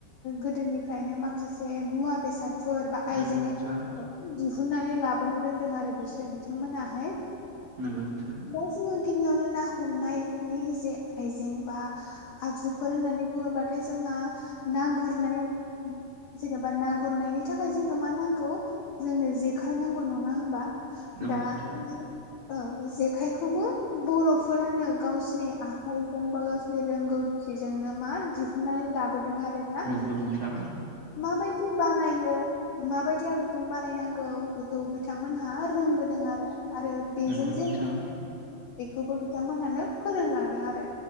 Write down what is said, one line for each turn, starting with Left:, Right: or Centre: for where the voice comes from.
Left: गोदोनिफ्रायनो माखासे मुवा बेसाद फोर बा
Right: नंगौ
Left: आइजें आइला
Right: नोंथां
Left: दिहुननानै लाबो नो रोंदों आरो बिसोर बिथांमोनाहाय
Right: नोंगौ नोंथां
Left: दा जोङो गिबियावनो ना हमनायनि जे आइजें बा आगजुफोर होननानै बुङोबाथाय जोंहा ना गुरनायाव जेनेबा ना गुरनायनि थाखाय जोंनो मा नांगौ जोंनो जेखाइ नांगौ नङा होमबा
Right: नंगौ
Left: दा
Right: नोंथां
Left: जोंनि औ जेखायखौबो बर'फोरानो गावसिनि आखाइजों बा गाव रोंगौथिजोंनो मा दिहुननानै लाबोदों आरो ना
Right: नंगौ नोंथां नंगौ नोंथां
Left: माबायदि बानायो माबायदि आदबजों बानायनांगौ बेखौ बिथांमोनहा रोंबोदों आरो आरो बेजों
Right: नंगौ नोंथां
Left: जे बेखौबो बिथांमोनानो फोरोंलांदों आरो